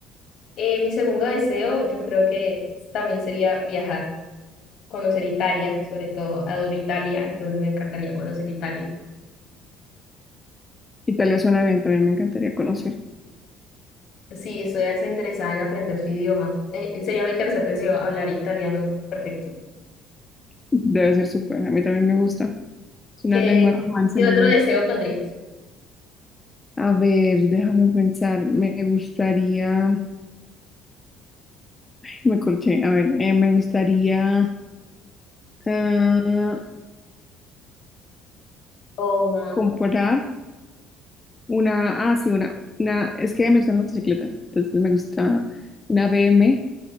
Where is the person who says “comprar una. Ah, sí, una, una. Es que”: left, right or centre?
Left